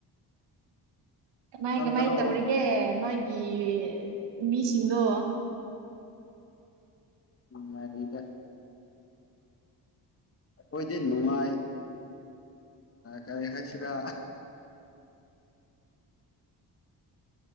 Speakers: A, on the right (about 75°); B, on the left (about 30°).
A: ꯀꯃꯥꯏ
B: ꯅꯊꯟꯇꯔꯣ
A: ꯀꯃꯥꯏ ꯇꯧꯔꯤꯒꯦ ꯅꯣꯏꯒꯤ ꯃꯤꯁꯤꯡꯗꯣ
B: ꯉꯔ ꯏꯗ ꯑꯩꯈꯣꯏꯗꯤ ꯅꯨꯡꯉꯥꯏ ꯀꯔꯤ ꯍꯥꯏꯁꯤꯔꯥ